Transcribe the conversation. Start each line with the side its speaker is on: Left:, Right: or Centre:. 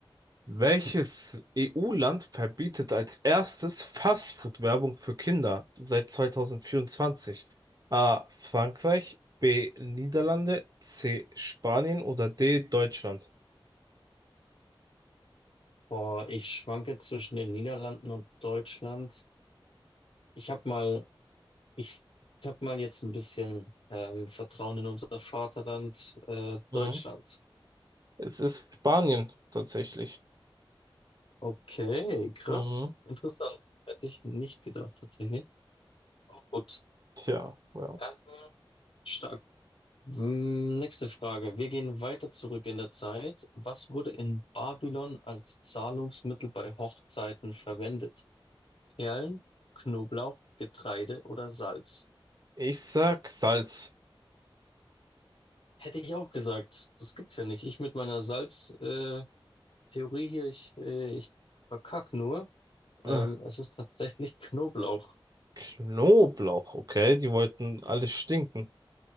Right: Welches EU-Land verbietet als erstes Fastfood-Werbung für Kinder seit 2024? A. Frankreich, B. Niederlande, C. Spanien oder D. Deutschland?
Left: Boah, ich schwanke zwischen den Niederlanden und Deutschland. Ich habe mal, ich, ich habe mal jetzt ein bisschen ähm, Vertrauen in unser Vaterland, äh,
Right: Mhm.
Left: Deutschland.
Right: Es ist Spanien tatsächlich.
Left: Okay, krass.
Right: Mhm.
Left: Interessant. Hätte ich nicht gedacht, tatsächlich. Auch gut.
Right: Tja, ja.
Left: Ähm, stark. Mm, Nächste Frage. Wir gehen weiter zurück in der Zeit. Was wurde in Babylon als Zahlungsmittel bei Hochzeiten verwendet? Perlen, Knoblauch, Getreide oder Salz?
Right: Ich sag Salz.
Left: Hätte ich auch gesagt. Das gibt's ja nicht. Ich mit meiner Salz-Theorie hier, ich, äh, ich verkack nur.
Right: Äh,
Left: Ähm, es ist tatsächlich Knoblauch. <laughs>
Right: Knoblauch, okay, die wollten alles stinken.